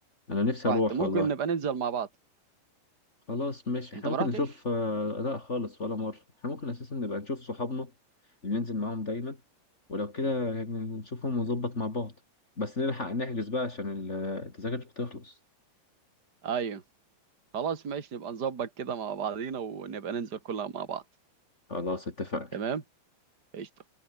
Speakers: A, on the left (about 40°); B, on the right (about 25°).
A: انا نفسي
B: رحت
A: اروح
B: ممكن
A: والله
B: نبقى ننزل مع بعض
A: خلاص ماشي
B: انت
A: احنا
B: ما
A: ممكن
B: رحتش
A: نشوف آه، لا خالص ولا مرة احنا ممكن اساسا نبقى نشوف صحابنا اللي ننزل معاهم دايما ولو كده يعني نشوفهم ونظبط مع بعض بس نلحق نحجز بقى عشان ال- التذاكر بتخلص
B: ايوه خلاص ماشي نبقى نظبط كده مع بعضينا ونبقى ننزل كلنا مع بعض
A: خلاص اتفقنا
B: تمام قشطه